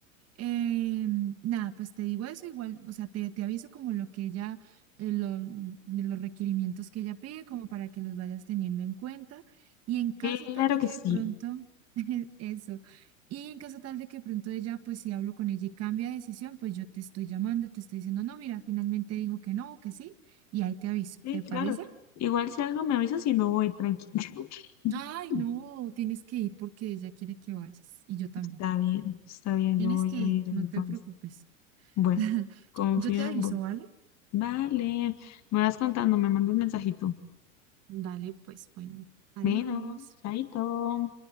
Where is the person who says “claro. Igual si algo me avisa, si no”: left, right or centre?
Left